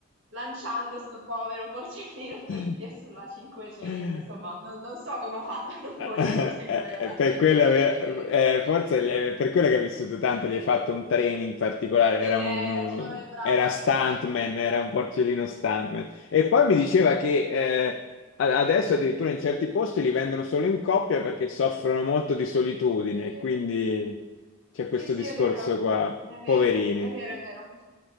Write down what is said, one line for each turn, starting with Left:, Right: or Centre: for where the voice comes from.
Right: lanciando sto povero porcellino di
Left: mi-
Right: India sulla 500,
Left: <laughs>
Right: insomma, non, non so come ha fatto a non morire,
Left: Eh,
Right: forse
Left: eh,
Right: mi voleva talmente
Left: per quello,
Right: bene
Left: ave-
Right: che...
Left: eh,
Right: <laughs>
Left: forse gli hai- per quello che hai vissuto tanto, gli hai fatto un training particolare, era
Right: Sì, eh,
Left: un,
Right: hai ragione, bravo.
Left: era stuntman,
Right: <laughs> Sì,
Left: era
Right: sì.
Left: un porcellino stuntman. E poi mi diceva che eh, a- adesso addirittura in certi posti li vendono solo in coppia perché soffrono molto di solitudine,
Right: Sì,
Left: quindi c'è
Right: sì,
Left: questo
Right: sì,
Left: discorso
Right: è vero,
Left: qua,
Right: è vero,
Left: poverini.
Right: è vero, è vero.